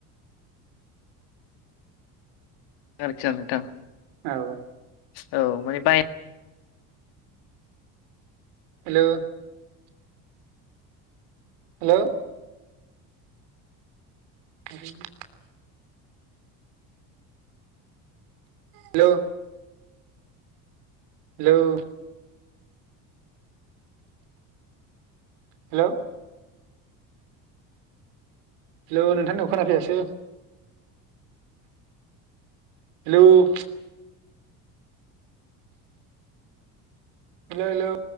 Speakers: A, on the left (about 75°); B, on the right (about 80°).
A: जारखिया नोंथां
B: औ
A: औ माने बाय
B: हेल' हेल' <unintelligible> <inaudible> हेल' हेल' हेल' हेलौ नोंथां खोना फैयासो हेल' हेलौ' हेलौ।